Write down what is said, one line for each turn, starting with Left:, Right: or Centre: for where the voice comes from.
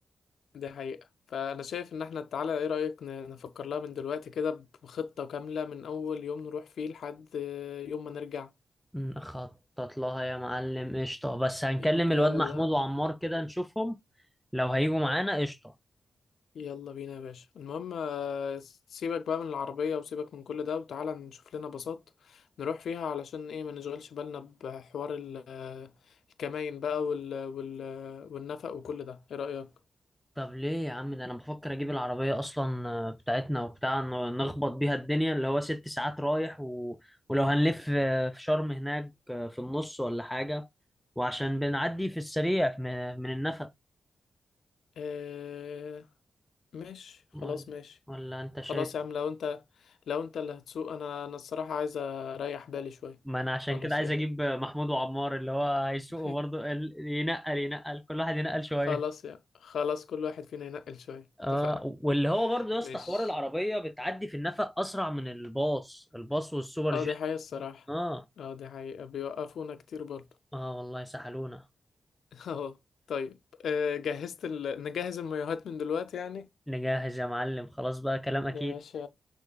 Left: دي حقيقه فانا شايف ان احنا تعالى ايه رايك ن- نفكر لها من دلوقتي كده بخطه كامله من اول يوم نروح فيه لحد آه، يوم ما نرجع
Centre: نخطط لها يا معلم قشطه بس هنكلم
Left: ي-
Centre: الواد
Left: يلا
Centre: محمود وعمار كده نشوفهم لو هيجوا معانا قشطه
Left: يلا بينا يا باشا المهم آه، سيبك بقى من العربية وسيبك من كل ده وتعالى نشوف لنا باصات نروح فيها علشان ايه ما نشغلش بالنا بحوار ال- آه، الكماين بقى وال وال والنفق وكل ده ايه رأيك؟
Centre: طب ليه يا عم ده انا بفكر اجيب العربية اصلا آه، بتاعتنا وبتاع ن- نخبط بيها الدنيا اللي هو ست ساعات رايح و... ولو هنلف آه، في شرم هناك آه، في النص ولا حاجة وعشان بنعدي في السريع م- من النفق
Left: آه ماشي خلاص
Centre: ولا...
Left: ماشي
Centre: ولا انت
Left: خلاص
Centre: شايف
Left: يا عم لو انت لو انت اللي هتسوق انا انا الصراحة عايز اريح بالي شوية
Centre: ما انا عشان
Left: خلاص
Centre: كده عايز
Left: يلا
Centre: اجيب محمود وعمار اللي هو هيسوقوا
Left: <laughs>
Centre: برضه ال- ينقل ينقل كل واحد ينقل شوية
Left: خلاص يا خلاص كل واحد فينا ينقل شوية
Centre: اه
Left: اتفقنا
Centre: واللي هو برضه يا اسطى
Left: ماشي
Centre: حوار العربية بتعدي في النفق اسرع من الباص الباص والسوبر
Left: اه
Centre: جيت
Left: دي حقيقة الصراحة
Centre: اه
Left: اه دي حقيقة بيوقفونا كتير برضه
Centre: اه والله سحلونا
Left: <laughs> اه طيب آه، جهزت ال... نجهز المايوهات من دلوقتي يعني
Centre: نجهز يا معلم خلاص بقى كلام اكيد
Left: يا باشا